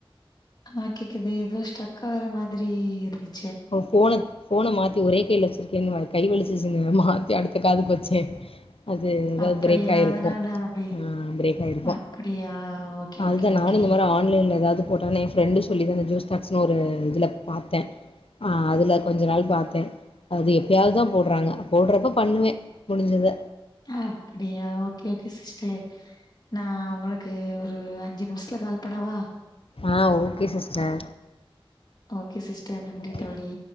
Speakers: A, on the left; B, on the left.
A: ஆஹ் கேக்குது எதோ ஸ்டக் ஆகுற மாதிரி இருதுச்
B: ஒ ஃபோனத் ஃபோன மாத்தி ஒரே கைல வச்சிருக்கேன்னு வ கை வலிச்சுசுனு மாத்தி அடுத்த காதுக்கு வச்சே அது எதாவ்து
A: அப்படியா
B: பிரேக் ஆயிருக்கு
A: அதனால அப்டி
B: ஆஹ் பிரேக் ஆயிருக்கு
A: அப்படியா ஓகே
B: அதுதா
A: ஓகே ஓகே
B: நானு இந்த மாரி ஆன்லைன்ல எதாவ்து போட்டோனே எ ஃப்ரெண்டு சொல்லி தா அந்த ஜோஸ் டாக்ஸ்னு ஒரு இதுல பாத்தே ஆஹ் அதுல கொஞ்ச நாள் பாத்தே அது எப்பயாவ்து தா போட்றாங்க போட்றப்ப பண்ணுவே முடிஞ்சதா
A: அப்பிடியா ஓகே ஓகே சிஸ்டர் நா உங்களுக்கு ஒரு அஞ்சு நிம்ஷ்த்துல கால் பண்ணவா
B: ஆஹ் ஓகே சிஸ்டர்
A: ஓகே சிஸ்டர் நன்றி
B: ஓகே
A: தோழி